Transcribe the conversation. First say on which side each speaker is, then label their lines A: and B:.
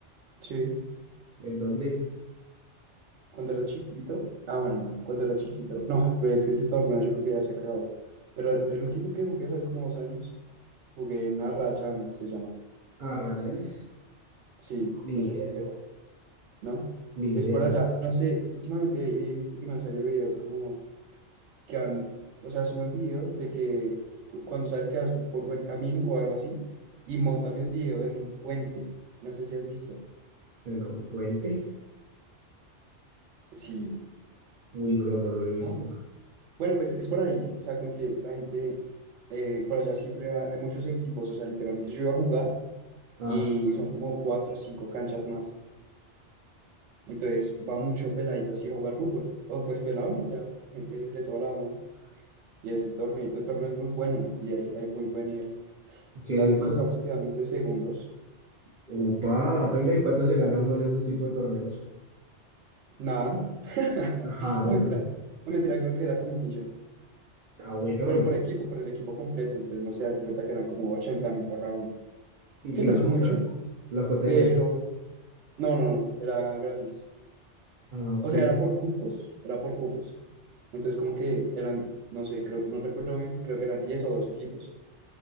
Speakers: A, on the right; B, on the right.
A: Sí,
B: ¿En dónde?
A: cuando era chiquito, ah, bueno, no, cuando era chiquito, no, pero es que ese torneo yo creo que ya se acabó. Pero
B: <laughs>
A: el, el último que jugué fue hace como dos años, jugué en Arrayanes, se llama.
B: ¿A Rayanes?
A: Sí,
B: Ni
A: no sé
B: idea,
A: si sepas. ¿no?
B: ni
A: Es
B: idea.
A: por allá. No sé, últimamente he visto que me han salido videos como que han, o sea, suben videos de que cu- cuando sabes que vas por buen camino o algo así, y montan el video en un puente. No sé si has visto.
B: bueno un puente.
A: Sí,
B: Uy, bro, no lo he visto.
A: ¿no? Bueno, pues es por ahí. O sea, como que la gente eh, por allá siempre va, hay muchos equipos. O sea, literalmente yo iba a jugar
B: Ah,
A: y son como cuatro o cinco canchas más. Entonces va mucho peladito así a jugar fútbol. O pues pelado, ¿no? Ya gente de todo lado, ¿no? Y ese torneito de torneo es muy bueno y hay, hay muy buen nivel.
B: ¿qué?
A: La vez
B: ¿Y cuál?
A: que lo jugamos quedamos de segundos.
B: Upa, venga, ¿y cuánto se gana uno en esos tipos de torneos?
A: Nada. <laughs>
B: Ajá, ay,
A: No mentira.
B: no.
A: No mentira, creo que era como un millón.
B: Ah, bueno,
A: Pero
B: no.
A: por equipo, por el equipo completo. Entonces no se hace cuenta que eran como ochenta mil para cada uno.
B: ¿Y,
A: Que
B: y la
A: no es
B: cuota?
A: mucho,
B: ¿La cuota
A: pero
B: de ingresos?
A: no, no, no. Era gratis.
B: Ah, ok,
A: O sea, era por cupos. Era por cupos. Entonces como que eran, no sé, creo, no recuerdo bien, creo que eran 10 o 12 equipos.